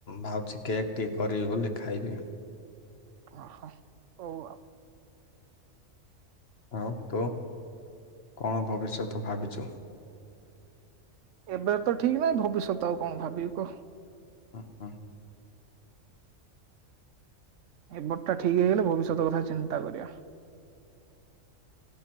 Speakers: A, on the left; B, on the right.
A: ଭାବଛି କେକ୍ ଟିକେ କରିବି ବୋଲି ଖାଇବି।
B: ହ ହ ହଉ ଆଉ।
A: ଆଉ ତୁ? କଣ ଭବିଷ୍ୟତ ଭାବିଛୁ?
B: ଏବେ ତ ଠିକ ନହିଁ ଭବିଷ୍ୟ ସ ତ ଆଉ କଣ ଭାବିବି କହ?
A: ଓ ହ।
B: ଏପଟ ଟା ଠିକ ହେଇଗଲେ ଭବିଷ୍ୟତ କଥା ଚିନ୍ତା କରିବା।